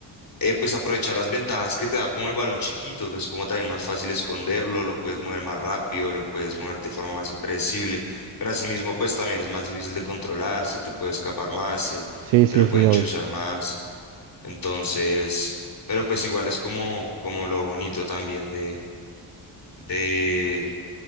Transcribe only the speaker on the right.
Sí,
sí,
sí, obvio.